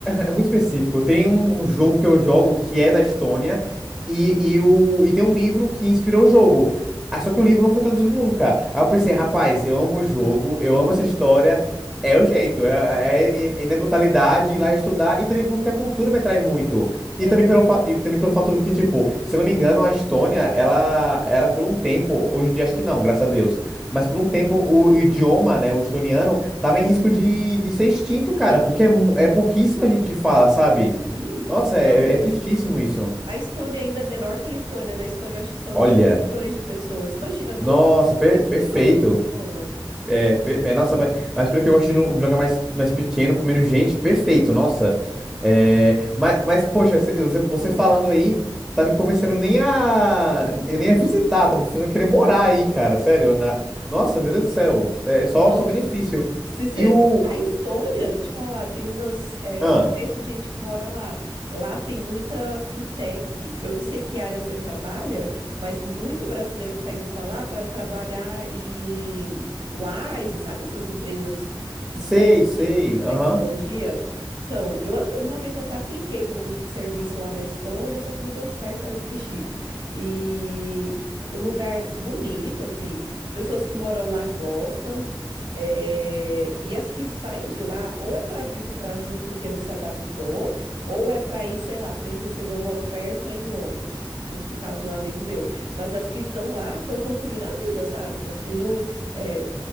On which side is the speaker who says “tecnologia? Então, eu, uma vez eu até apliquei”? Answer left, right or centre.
Right